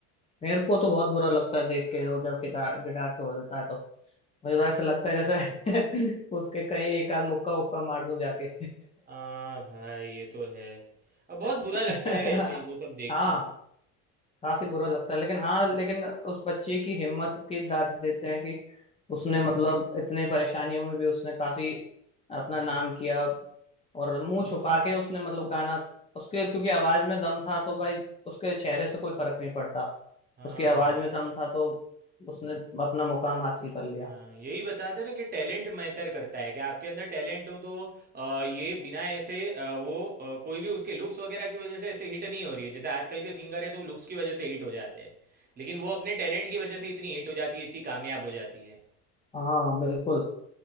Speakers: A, on the left; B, on the right.
A: मेरे को तो बहुत बुरा लगता है देख के वो जब गिटार गिटार तो हो जाता है तो मुझे तो ऐसा लगता है जैसे <laughs> उसके कहीं एक आध मुक्का उक्का मार दूं जाके
B: हाँ भाई ये तो है अब बहुत बुरा
A: <laughs>
B: लगता है वैसे ही वो सब देख
A: हाँ
B: के
A: काफी बुरा लगता है लेकिन हाँ लेकिन उस बच्ची की हिम्मत की दाद देते हैं कि उसने मतलब इतने परेशानियों में भी उसने काफी अपना
B: हम्म,
A: नाम किया और, और मुंह छुपा के उसने मतलब गाना उसके क्योंकि आवाज में दम था तो भाई उसके चेहरे से कोई फर्क नहीं पड़ता
B: हाँ
A: उसकी आवाज
B: भाई
A: में दम था तो उसने अपना मुकाम हासिल कर लिया
B: हाँ यही बताते हैं ना कि टैलेंट मैटर करता है कि आपके अंदर टैलेंट हो तो अ, ये बिना ऐसे अ, वो अ, कोई भी उसके लुक्स वगैरह की वजह से ऐसे हिट नहीं हो रही है जैसे आजकल के सिंगर है तो लुक्स की वजह से हिट हो जाते हैं लेकिन वो अपने टैलेंट की वजह से इतनी हिट हो जाती है इतनी कामयाब हो जाती है
A: हाँ बिल्कुल